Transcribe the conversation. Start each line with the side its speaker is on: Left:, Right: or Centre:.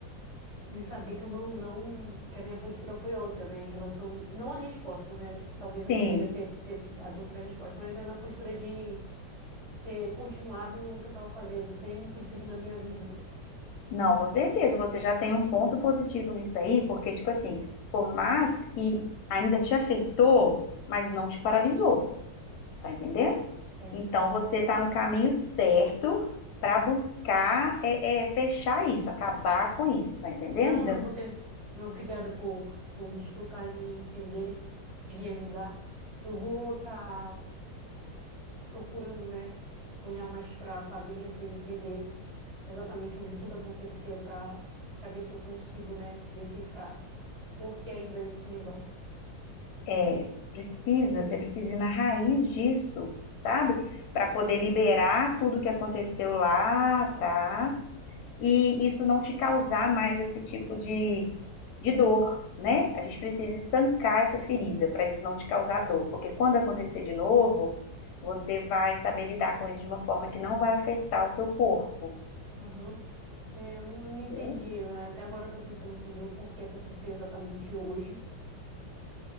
Right: de saber que eu não, não, que a minha postura foi outra, né? Em relação, não à resposta, né? Talvez eu
Left: Você,
Right: poderia ter, ter dado outra resposta, mas a minha postura de ter continuado o que eu estava fazendo, sem interferir na minha vida, né?
Left: Não, com certeza, você já tem um ponto positivo nisso aí, porque, tipo assim, por mais que ainda te afetou, mas não te paralisou, tá entendendo?
Right: É.
Left: Então, você tá no caminho certo para buscar é, é, fechar isso, acabar com isso, tá entendendo?
Right: Não, eu vou ter. Obrigada por, por me escutar e me entender e me ajudar. Eu vou estar procurando, né? Olhar mais para para dentro e entender exatamente onde tudo aconteceu para para ver se eu consigo, né? Decifrar por que ainda isso me dói.
Left: É, precisa, você precisa ir na raiz disso, sabe? Para poder liberar tudo que aconteceu lá atrás e isso não te causar mais esse tipo de, de dor, né? A gente precisa estancar essa ferida para isso não te causar dor, porque quando acontecer de novo, você vai saber lidar com isso de uma forma que não vai afetar o seu corpo,
Right: Aham. É, eu não eu não entendi.
Left: viu?
Right: Até agora eu estou tentando entender o porquê aconteceu exatamente hoje.